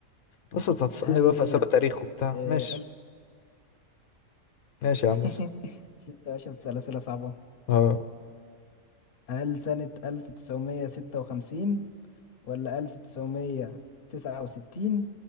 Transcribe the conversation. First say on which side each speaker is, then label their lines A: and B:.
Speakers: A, on the left; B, on the left.
A: بص انت هتسالني
B: هل
A: بقى في
B: هي
A: اسئله تاريخ وبتاع
B: آه،
A: ماشي
B: الف
A: ماشي يا
B: <laughs>
A: عم اسال
B: انت يا باشا بتسال اسئله صعبه
A: اه
B: هل سنه 1956 ولا ألف تسعمية تسعة وستين